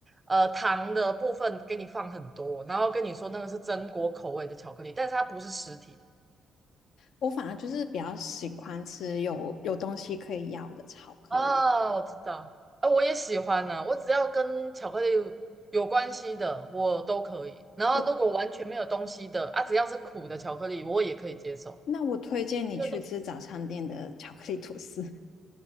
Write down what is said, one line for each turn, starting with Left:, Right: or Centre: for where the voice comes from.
Right: 呃糖的部分给你放很多，然后跟你说那个是榛果口味的巧克力，但是它不是实体的。
Left: 我反而就是比较喜欢吃有有东西可以咬的巧克力。
Right: 啊，我知道，啊，我也喜欢呢、我只要跟巧克力有关系的，我都可以。然后如果完全没有东西的，
Left: 我
Right: 啊，只要是苦的巧克力，我也可以接受。
Left: 那我推荐你去吃早餐店的巧克力吐司。
Right: 我觉得都